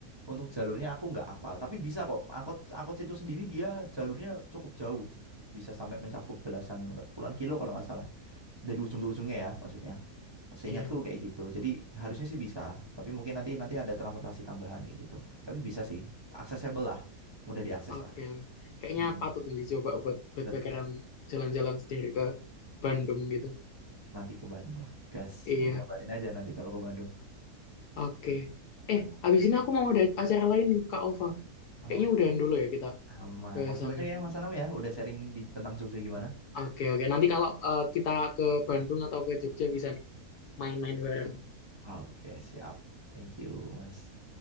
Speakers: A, on the right; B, on the left.
A: untuk jalurnya aku nggak apal. Tapi bisa kok. Angkot angkot situ sendiri dia jalurnya cukup jauh. Bisa sampai mencakup belasan sampai puluhan kilo kalau nggak salah. Dari ujung ke ujungnya ya, maksudnya. Seingatku
B: Iya. heeh.
A: kayak gitu. Jadi harusnya sih bisa, tapi mungkin nanti nanti ada transportasi tambahan kayak gitu. Tapi bisa sih, accessible lah, mudah diakses
B: Oke.
A: lah.
B: Kayaknya
A: Mm-mm.
B: patut nih dicoba buat backpackeran
A: Betul.
B: jalan-jalan sendiri ke Bandung gitu.
A: Nanti ke Bandung lah, gas.
B: Iya.
A: Nanti kabarin aja nanti kalau ke Bandung.
B: Oke. Eh, abis ini aku mau ada acara lain nih, Kak Ova.
A: Oh,
B: Kayaknya udahan dulu ya kita
A: aman.
B: bahasannya.
A: Makasih banyak ya Mas Anam ya, udah sharing di tentang Jogja gimana.
B: Oke, oke. Nanti kalau eh, kita ke Bandung atau ke Jogja bisa nih main-main bareng.
A: Oke, siap. Thank you, Mas.